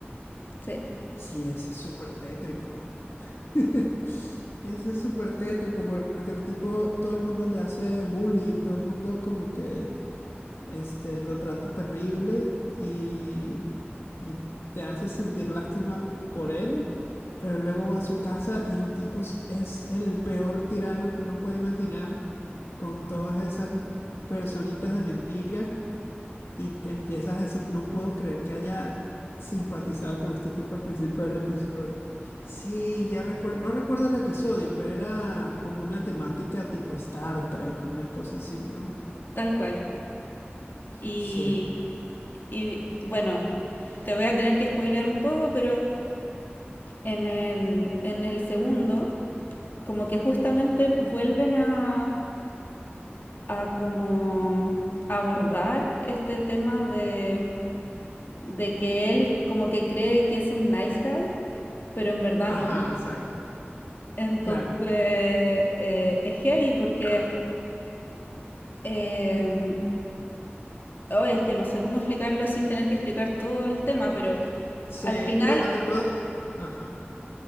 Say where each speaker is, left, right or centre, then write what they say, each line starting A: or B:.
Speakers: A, on the left; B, on the left.
A: sí,
B: Sí, ese es súper tétrico. <laughs> Ese es súper tétrico por- porque el tipo, todo el mundo le hace bullying, todo el mundo como que este, lo trata terrible y, y te hace sentir lástima por él, pero luego va a su casa y el tipo s- es el peor tirano que uno puede imaginar con todas esas personitas de mentira y te empiezas a decir, no puedo creer que haya simpatizado con este tipo al principio del episodio. Sí, ya recuerdo, no recuerdo el episodio, pero era como una temática tipo Star Trek, una cosa así, ¿no?
A: tal cual. Y,
B: Sí.
A: Y bueno, te voy a tener que spoilear un poco, pero en el, en el segundo, como que justamente vuelven a, a como abordar este tema de, de que él como que cree que es un nice guy, pero en verdad
B: Ajá,
A: no.
B: exacto.
A: Entonces,
B: Claro.
A: eh, es heavy porque, eh, oh, es que no sé cómo explicarlo sin tener que explicar todo el tema, pero
B: Sí,
A: al final,
B: bueno, te puedo... Ajá.